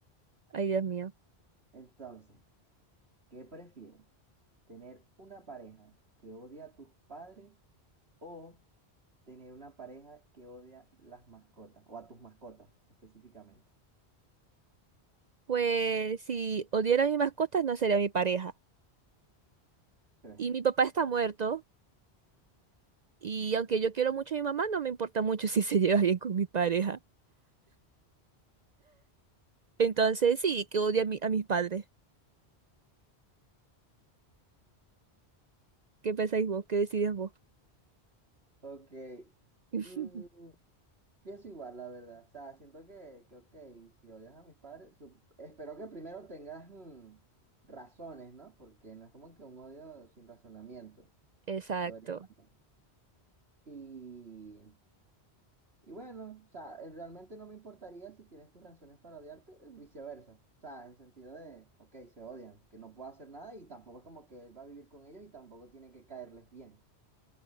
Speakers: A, on the right; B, on the right.
A: Ay, Dios mío.
B: Entonces, ¿qué prefieres? ¿Tener una pareja que odia a tus padres o tener una pareja que odia las mascotas o a tus mascotas específicamente?
A: Pues si odiara a mis mascotas, no sería mi pareja.
B: Pero,
A: Y mi papá está muerto, y aunque yo quiero mucho a mi mamá, no me importa mucho <laughs> si se lleva bien con mi pareja. Entonces, sí, que odie a, mi- a mis padres. ¿Qué pensáis vos? ¿Qué decidís vos?
B: <laughs> ok,
A: <laughs>
B: mm, Pienso igual, la verdad. O sea, siento que, que ok, si odias a mis padres, sup- espero que primero tengas mm, razones, ¿no? Porque no es como que un odio sin razonamiento.
A: Exacto.
B: Lo vería mal. Y, y bueno, o sea, eh, realmente no me importaría si tienes tus razones para odiarte, eh, viceversa. O sea, en sentido de, ok, se odian, que no puedo hacer nada y tampoco es como que él va a vivir con ellos y tampoco tiene que caerles bien.